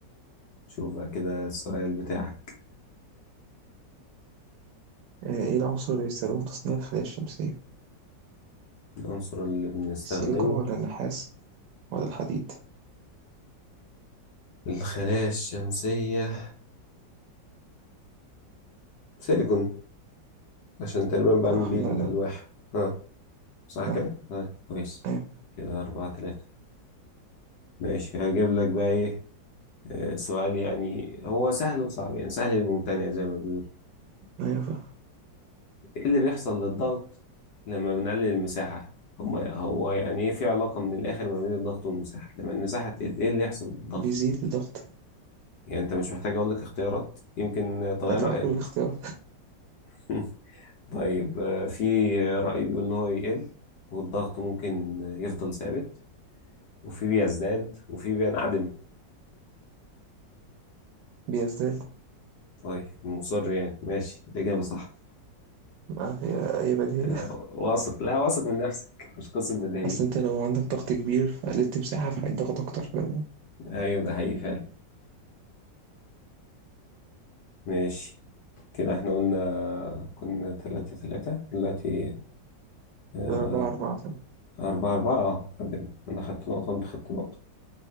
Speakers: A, on the left; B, on the right.
A: شوف بقى كده السؤال بتاعك
B: أه، ايه العنصر اللي بيستخدمه في تصنيع الخلايا الشمسية؟
A: العنصر اللي بنستخدمه
B: السيليكون ولا النحاس ولا الحديد؟
A: الخلايا الشمسية سيليكون عشان تقريبا بعمل
B: صح
A: بيه
B: الله
A: الألواح
B: ينور
A: ها صح
B: صح
A: كده؟ طيب كويس
B: ايوه
A: كده أربعة تلاتة ماشي هجيب لك بقى إيه آه، سؤال يعني هو سهل وصعب يعني سهل للممتنع زي ما بيقول
B: ايوه فاهم.
A: ايه اللي بيحصل للضغط لما بنقلل المساحة هو هو يعني ايه في علاقة من الآخر ما بين الضغط والمساحة لما المساحة تقل ايه اللي يحصل للضغط
B: بيزيد الضغط
A: يعني انت مش محتاج اقول لك اختيارات يمكن تغير
B: لأ
A: رأيك
B: قول الاختيارات
A: <laughs> طيب آه، في رأي بيقول ان هو يقل والضغط ممكن يفضل ثابت وفي بيزداد وفي بينعدم
B: بيزداد
A: طيب مصر يعني ماشي الإجابة صح
B: ما هي هي بديهية
A: <laughs> آه، واثق لا واثق من نفسك مش قصة
B: <laughs>
A: بديهية
B: أصل أنت لو عندك ضغط كبير فقللت مساحة فهيتضغط أكتر فاهم
A: ايوه ده حقيقي فعلا ماشي كده احنا قلنا كنا تلاتة تلاتة دلوقتي آه،
B: كده أربعة أربعة تمام
A: أربعة أربعة اه تعادلنا أنا خدت نقطة وأنت خدت نقطة